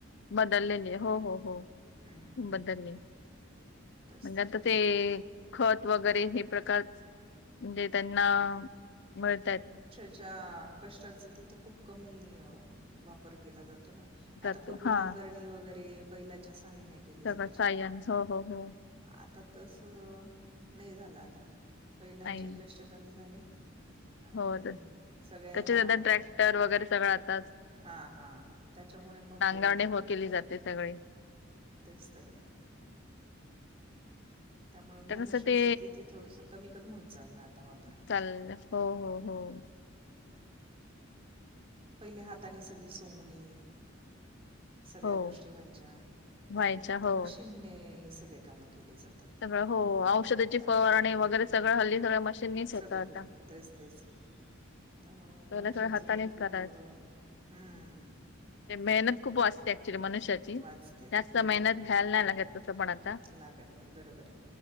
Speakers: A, on the left; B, on the right.
A: बदललेले हो हो हो
B: हम्म, हम्म, हम्म.
A: बदलले.
B: तेच
A: म्हणजे
B: तर
A: आता
B: ना.
A: ते खत वगैरे हे प्रकार म्हणजे त्यांना मिळतात.
B: च्या कष्टाच तिथं खूप कमी वापर केला जातो ना.
A: जातो
B: आता पूर्वी
A: हा
B: नांगरणी वगैरे बैलाच्या साहाय्याने केली जायची
A: सगळं सायन हो हो हो
B: आता तस नही झालं आता बैलांची
A: नाही
B: <unintelligible> कमी झाली आणि
A: हो
B: सगळे
A: त्याच्या
B: ह्या.
A: ट्रॅक्टर वगैरे सगळं आता
B: हा हा त्याच्यामुळे मग. अ,
A: गाणे हो केली जाते सगळी
B: तेच तर ना. त्यामुळं मनुष्याचं
A: आता कसं ते
B: तिथे थोडंसं कमी कमी होत चाललं आता वापर.
A: चाल्ल हो हो हो.
B: पहिले हाताने सगळी सोंगणी सगळ्या
A: हो
B: गोष्टी व्हायच्या,
A: व्हायच्या
B: आता
A: हो
B: मशीनने सगळे काम केले जातात.
A: सगळं हो औषधाची
B: त्यामुळं
A: फवारणी वगैरे सगळं हल्ली सगळ्या मशीननीच होतं
B: सगळ
A: आता
B: तेच तेच. त्यामुळं
A: पहिलं
B: मनुष्याचं
A: सगळं हातानेच
B: भरपूर
A: करायचं
B: हूं!
A: मेहनत खूप वाचती ऍक्च्युली मनुष्याची,
B: वाचते
A: जास्त
B: बरोबर
A: मेहनत
B: आहे ना
A: घ्यायला नाही लागत तसं पण आता.
B: लागत नाही बरोबर आहे,